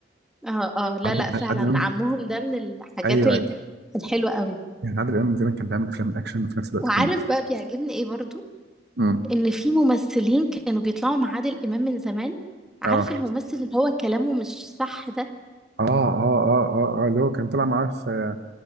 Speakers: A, in the centre; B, on the right (about 65°).
A: اه اه لا
B: عادل
A: لا فعلا
B: عادل عادل امام
A: عمهم ده من الحاجات
B: ايوه
A: ال- الحلوه قوي
B: يعني عادل امام زمان كان بيعمل افلام اكشن وفي نفس الوقت
A: وعارف
B: كوميدي
A: بقى بيعجبني ايه برضو
B: امم
A: ان في ممثلين كانوا بيطلعوا مع عادل امام من زمان عارف
B: اه
A: الممثل اللي هو كلامه مش صح ده
B: اه اه اه اه اه اللي هو كان طلع معاه في